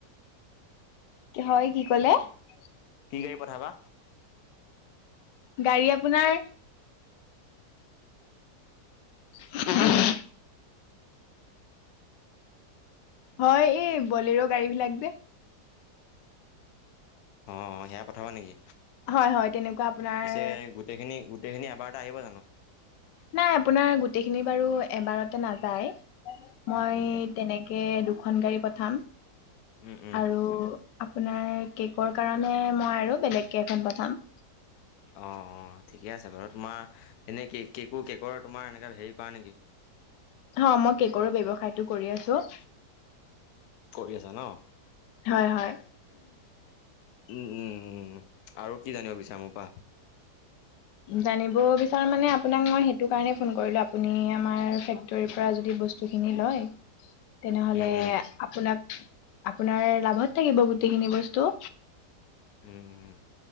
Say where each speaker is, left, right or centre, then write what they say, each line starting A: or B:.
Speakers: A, on the left; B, on the left.
A: হয় কি ক'লে <unintelligible>
B: কি গাড়ী পঠাবা।
A: গাড়ী আপোনাৰ <inaudible> হয় এই বলেৰ গাড়ী বিলাক যে
B: অ, অ, সেয়া পঠাবা নেকি?
A: হয় হয় তেনেকুৱা আপোনাৰ
B: পিছে গোটেইখিনি গোটেইখিনি এবাৰতে আহিব জানো?
A: নাই আপোনাৰ গোটেইখিনি বাৰু এবাৰতে নাযায়। মই
B: উম উম
A: তেনে দুখন গাড়ী পঠাম।
B: উম উম
A: আৰু আপোনাৰ কেকৰ কাৰণে মই আৰু বেলেগকে এখন পঠাম।
B: অঁ অ ঠিকে আছে বাৰু তোমাৰ এনেই কেকো কেকৰ তোমাৰ এনেকা হেৰি কৰা নেকি?
A: অ মই কেকৰো ব্যৱসায়টো কৰি আছো
B: কৰি আছা ন
A: হয়, হয়।
B: উম উম উম আৰু কি জানিব বিচাৰা মোপা <unintelligible>
A: জানিব বিচাৰো মানে আপোনাক মই সেইটো কাৰণে ফোন কৰিলো আপুনি আমাৰ ফেক্টৰী পৰা য বস্তু খিনি লয়। তেনেহলে
B: উম, উম,
A: আপোনাক আপোনাৰ লাভত থাকিব গোটেইখিনি বস্তু।
B: উম, উম।